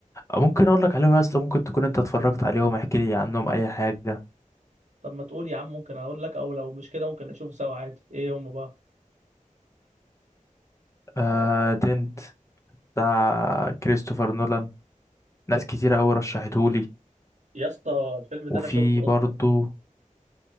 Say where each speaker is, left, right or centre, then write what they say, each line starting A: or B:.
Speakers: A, on the left (about 20°); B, on the right (about 60°).
A: ممكن اقول لك عليهم يا اسطى ممكن تكون انت اتفرجت عليهم احكي لي عنهم اي حاجه
B: طب ما تقول يا عم ممكن اقول لك او لو مش كده ممكن نشوفه سوا عادي ايه هم بقى
A: آه تنت بتاع كريستوفر نولان ناس كتيره قوي رشحتهولي
B: يا اسطى الفيلم ده
A: وفي
B: انا شفته
A: برضو
B: اصلا